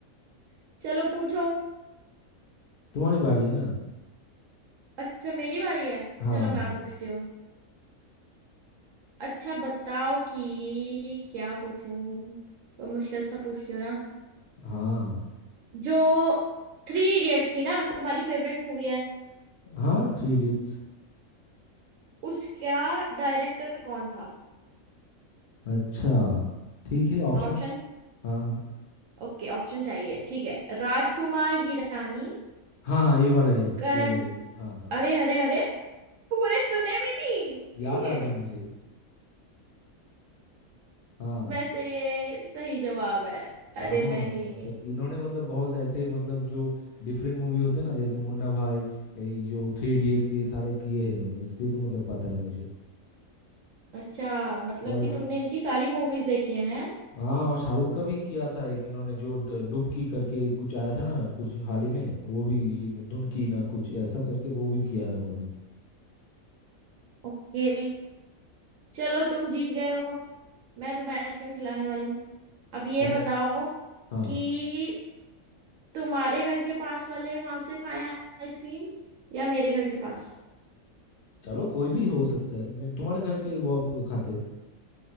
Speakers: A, on the right (about 70°); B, on the left (about 55°).
A: <laughs> चलो पूछो
B: तुम्हारी बारी है ना
A: अच्छा मेरी बारी है
B: हाँ
A: चलो
B: हाँ हाँ
A: मैं पूछती हूँ अच्छा बताओ कि क्या पूछूं तो मुश्किल सा पूछती हूँ ना
B: हाँ हाँ
A: जो थ्री इडियट्स थी ना तुम्हारी फेवरेट मूवी है
B: हाँ Three idiots
A: उसका डायरेक्टर कौन था
B: अच्छा ठीक है ऑप्शंस
A: ऑप्शन
B: हाँ
A: ओके ऑप्शन चाहिए ठीक है राजकुमार हिरानी
B: हाँ हाँ ये वाला ही है
A: करण
B: ये वाला ही है हाँ हाँ
A: अरे अरे अरे पूरे सुने भी नहीं
B: याद आ गया मुझे
A: <laughs>
B: हाँ
A: वैसे ये सही जवाब है अरे
B: हाँ
A: नहीं
B: मतलब इन्होंने मतलब बहुत ऐसे मतलब जो डिफरेंट मूवी होते हैं ना जैसे मुन्ना भाई ये जो थ्री इडियट्स ये सारे किए हैं इन्होंने इसलिए तो मतलब पता है मुझे
A: अच्छा मतलब
B: और
A: कि तुमने इनकी सारी मूवीज देखी हैं
B: हाँ और शाहरुख का भी किया था एक इन्होंने जो ड- डुबकी करके कुछ आया था ना कुछ हाल ही में वो भी इन- धुन की ना कुछ ऐसा करके वो भी किया है उन्होंने
A: ओके चलो तुम जीत गए हो मैं तुम्हें आइसक्रीम खिलाने वाली हूँ अब ये
B: या-
A: बताओ
B: हाँ
A: कि तुम्हारे घर के पास वाले वहां से खाएं आइसक्रीम या मेरे घर के पास
B: चलो कोई भी हो सकता है मैं तुम्हारे घर के वो आप खाते